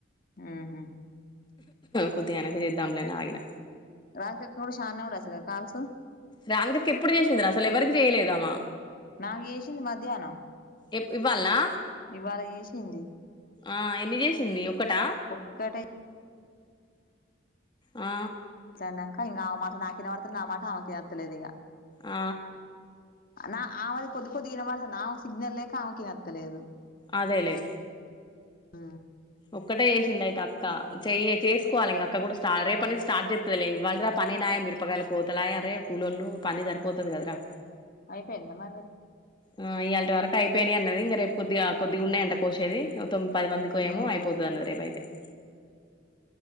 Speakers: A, on the left; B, on the left.
A: మ్ హ
B: కొద్ధిగాగినంక చేద్దామ్లే అని ఆగిన
A: రాదికక్క కూడా ఛాన్నే ఉండచ్చు కదా కాల్స్
B: రాధికక్క ఎప్పుడు చేసిందిరా అసలు ఎవరికి చేయలేదామా
A: నాకు చేసింది మధ్యాహ్నం
B: ఎప్ ఇవ్వాల్నా
A: ఇవాళ చేేసింది
B: ఆ ఎన్ని చేసింది ఒక్కటా
A: ఒక్కటే
B: ఆ
A: నంక ఇంగ ఆమె మాట నాకినవ్వడ్త నా మాట ఆమె కినత్త లేదు ఇగ
B: ఆ
A: నా ఆమెది కొద్ది కొద్దిగ వినపడు ఆమెకు సిగ్నల్ లేక ఆమెకినత్తలేదు
B: అదేలేే
A: హ
B: ఒక్కటే చేసింది అయితే అక్క చెయ్యే చేసుకోవాలి ఇంగ అక్క కూడా స్టర్ రేపట్నుండి స్టార్ట్ చేస్తుందిలే ఇవ్వాల్టిదా పనేనాయే మిరపకాయల కోతలాయే రే కూలళ్ళు పని సరిపోతది కదరా
A: అయిపోఇంద మర్
B: ఆ ఇయ్యాల్టీ వరకు అయిపోయినాయి అన్నది ఇంగ రేపు కొద్దిగా కొద్దిగున్నాయంట కోసేది తొం పది మందికొ
A: ఉమ్
B: ఏమో అయిపోతదన్నది రేపుయితే తే